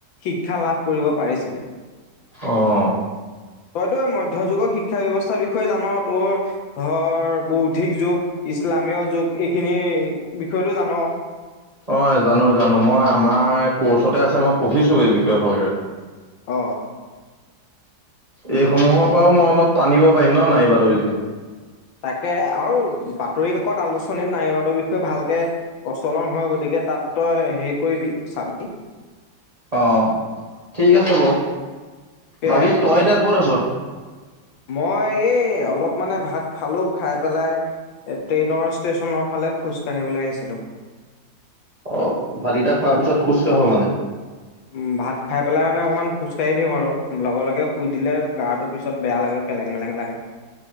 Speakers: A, on the left; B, on the right.
A: শিক্ষা লাভ কৰিব পাৰিছিলে।
B: অঁ।
A: তইতো মধ্যযুগৰ শিক্ষা ব্যৱস্থাৰ বিষয়ে জান তোৰ ধৰ বৌদ্ধিক যুগ, ইছলামীয় যুগ, এইখিনি বিষয়টো জান।
B: অ জানো, জানো, মই আমাৰ ক'ৰ্চতে আছে মই পঢ়িছো এই বিষয়ে ভালকে।
A: অঁ।
B: এইসমূহৰ পৰাও মই অলপ টানিব পাৰিম ন নাৰীবাদৰ বিষয়ে।
A: তাকে আৰু বাতৰি কাকত আলোচনীত নাৰীবাদৰ বিষয়ে ভালকে প্ৰচলন হয় গতিকে তাত তই হেৰি কৰিবি, চাবি।
B: অঁ ঠিক আছে বাৰু,
A: সেয়াই
B: বাকী
A: আৰু
B: তই এতিয়া ক'ত আছ?
A: মই এই অলপ মানে ভাত খালো, খায় পেলাই এ ট্ৰেইনৰ ষ্টেচনৰ ফালে খোজ কাঢ়িবলে আহিছিলো।
B: অ ভাত কেইটা খোৱাৰ পিছত খোজকাঢ় মানে?
A: উম ভাত খায় পেলাই মানে অকণমান খোজ কাঢ়ি দিওঁ আৰু, লগে লগে শুই দিলে গাটো পিছত বেয়া লাগে, কেলেং মেলেং লাগে।